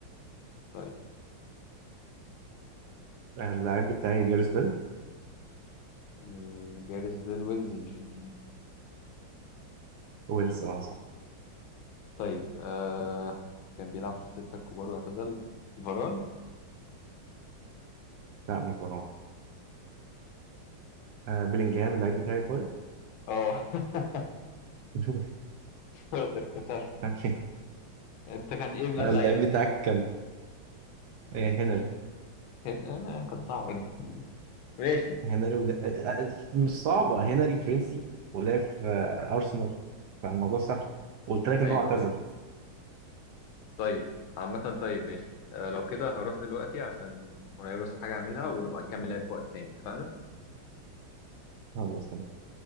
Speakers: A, on the left (about 80°); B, on the right (about 70°).
A: طيب
B: آه، اللعيب بتاعي جاريث بيل
A: ال- جاريث بيل ويلزي مش انجليزي
B: ويلز اه صح
A: طيب آه كان بيلعب في الستة الكبار واعتزل فاران
B: لا مش برونز آه، بيلينجهام اللعيب بتاعي طيب
A: اه <laughs>
B: <laughs>
A: شاطر كسبت
B: تمام
A: انت كان ايه بقى
B: آه،
A: اللعيب
B: اللعيب
A: التاني
B: بتاعك كان آه، هنري
A: كان آه كانت صعبة دي ماشي
B: هنري ولا... آه، آه، مش صعبة هنري فرنسي ولعب في آه، أرسنال فالموضوع سهل قلت لك إن
A: ايوه
B: هو اعتزل
A: ايوه طيب عامة طيب ماشي آه لو كده هروح دلوقتي عشان ورايا بس حاجة اعملها ونبقى نكمل لعب في وقت تاني اتفقنا
B: خلاص